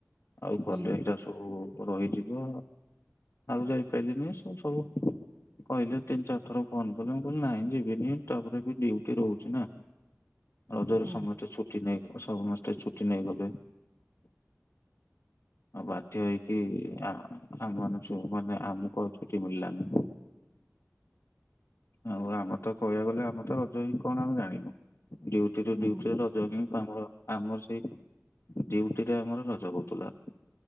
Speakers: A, on the left; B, on the right.
A: ଆଉ ଗଲେ
B: ହୁଁ
A: ଏଇଟା ସବୁ ରହିଯିବ ଆଉ ଯାଇପାଇଲିନି ସୁ ସବୁ କହିଲେ ତିନି ଚାରି ଥର ଫୋନ୍ କଲେ ମୁଁ କହିଲି ନାଇଁ ଯିବିନି ତାପରେ ବି ଡିଉଟି ରହୁଛି ନା। ରଜରେ
B: ହଁ
A: ସମସ୍ତେ ଛୁଟି ନେଇ ସମସ୍ତେ ଛୁଟି ନେଇଗଲେ। ଆଉ ବାଧ୍ୟ ହେଇକି ଆ-ଆମମାନ ମାନେ ଆମକୁ ଆଉ ଛୁଟି ମିଳିଲାନି। ଆଉ ଆମେ ତ କହିବାକୁ ଗଲେ ଆମେ ତ ରଜ ହିଁ କଣ ଆମେ ଜାଣିନୁ ଡିଉଡିରୁ
B: ହୁଁ
A: ଡିଉଟିରେ ରଜ ହିଁ ଆମର ଆମର ସେଇ ଡିଉଟିଟା ଆମର ରଜର ହଉଥିଲା।